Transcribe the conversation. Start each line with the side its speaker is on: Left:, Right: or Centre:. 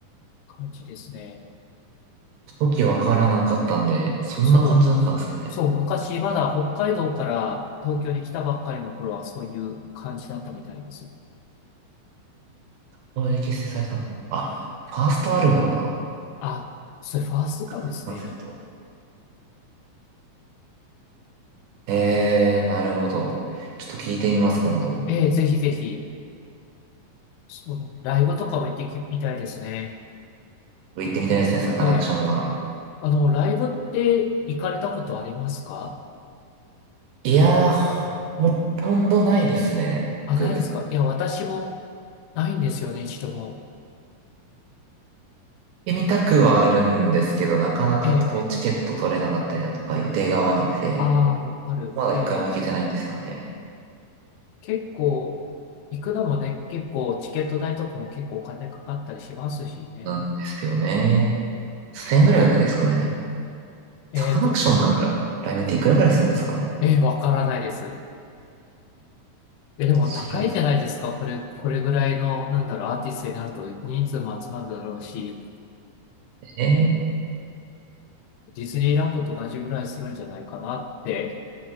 Left: 感じですね。
Right: 時わからなかったんで、そんな感じだったんですね。
Left: そう。そう、昔まだ北海道から東京に来たばっかりの頃はそういう感じだったみたいです。
Right: これで結成されたの。あ、ファーストアルバムか。
Left: あ、それファーストなんですね。
Right: 三日月サンセット。えー、なるほど。ちょっと聞いてみます、今度。
Left: ええ、ぜひぜひ、そのライブとかも行ってきみたいですね。
Right: 行ってみたいですね、サカナクションは。
Left: ええ、あの、ライブって行かれたことありますか
Right: いやー、ほほとんどないですね。
Left: あ、
Right: 僕、
Left: ないですかいや、
Right: 行っ
Left: 私もないんですよね、一度も。
Right: てみたくはあるんですけど、なかなかこう、
Left: ええ、
Right: チケット取れなかったりだとか、予定が合わなくて、
Left: ああー、わかる。
Right: まだ一回も行けてないんですよね。
Left: ええ、結構、行くのもね、結構チケット代とかも結構お金かかったりしますしね。
Right: なんですよね。1000円ぐらいですかね。
Left: えっと、
Right: サカナクションのラライブっていくらぐらいするんですかね。
Left: えー、わからないです。え、でも高いじゃないですか。
Right: 調べて
Left: これ、これぐらいの、なんだろう、アーティストになると人数も集まるだろうし、
Right: ね。
Left: ディズニーランドと同じぐらいするんじゃないかなって、